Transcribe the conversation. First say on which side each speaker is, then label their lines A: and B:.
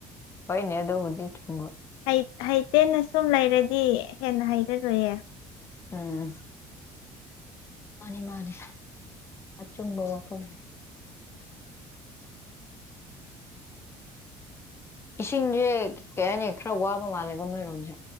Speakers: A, on the left; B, on the left.
A: ꯍꯣꯏꯅꯦꯗꯕꯨꯗꯤ ꯆꯨꯝꯕ
B: ꯍꯩ ꯍꯩꯇꯦꯅ ꯁꯨꯝ ꯂꯩꯔꯗꯤ ꯍꯦꯟꯅ ꯍꯩꯔꯔꯨꯌꯦ
A: ꯎꯝ ꯃꯥꯅꯤ ꯃꯥꯅꯦ ꯑꯆꯨꯝꯕ ꯋꯥꯐꯝꯐꯝ ꯏꯁꯤꯡꯁꯦ ꯀꯩ ꯍꯥꯏꯅꯤ ꯈꯔ ꯋꯥꯕ ꯃꯥꯜꯂꯦꯀꯣ ꯅꯣꯏꯔꯣꯝꯁꯦ